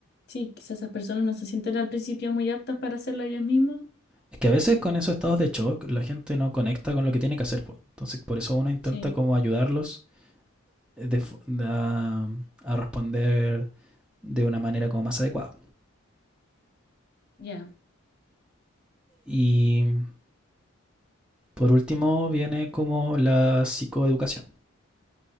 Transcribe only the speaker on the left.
Sí, quizás esas personas no se sienten al principio muy aptas para hacerlo ellas mismas.
Sí,
ya,